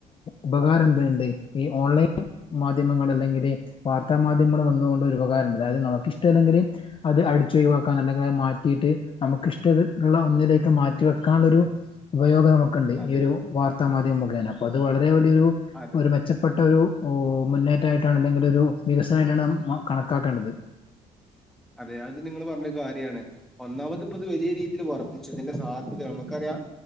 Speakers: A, on the left (about 35°); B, in the centre.
A: ഉപകാരം എന്തുണ്ട് ഈ ഓൺലൈൻ. മാധ്യമങ്ങൾ അല്ലെങ്കില് വാർത്താ മാധ്യമങ്ങൾ വന്നുകൊണ്ട് ഒരു ഉപകാരണ്ട് അതായത് നമുക്ക്ഷ്ടല്ലെങ്കിൽ. അത് അടിച്ചുൊഴിവാക്കാൻ അല്ലെങ്കിൽ അത് മാറ്റിയിട്ട് നമുക്ക് ഇഷ്ടള്ള ഒന്നിലേക്ക് മാറ്റി വെക്കാനുള്ളരു ഉപയോഗം നമുക്കുണ്ട്
B: അതെ
A: ഈ ഒരു വാർത്താ മാധ്യമം മുഖ താണ് അപ്പോ അത് വളരെ വലിയൊ
B: അതെ
A: ഒരു മെച്ചപ്പെട്ട ഒരു ഓ മുന്നേറ്റായിട്ടാണ് അല്ലെങ്കിൽ ഒരു വികസനമായിട്ടാണ് ന കണക്കാക്കേണ്ടത്.
B: അതെ അത് നിങ്ങൾ പറഞ്ഞൊരു കാര്യണ് ഒന്നാമത്. ഇത് വലിയീതിൽ വർദ്ച് ഇതിന്റെ സാധ്യത നമക്കറിയാം.